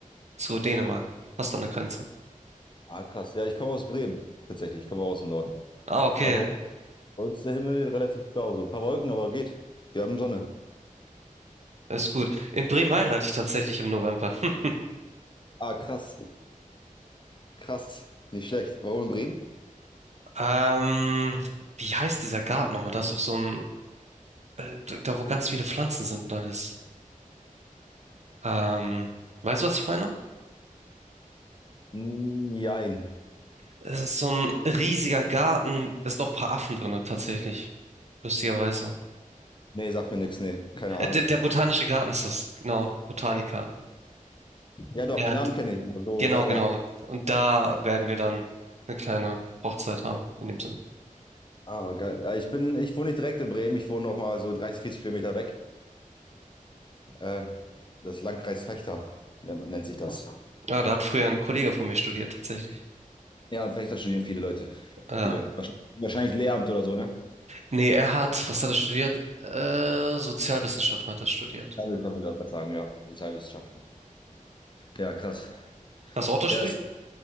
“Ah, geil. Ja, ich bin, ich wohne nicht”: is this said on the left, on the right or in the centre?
Left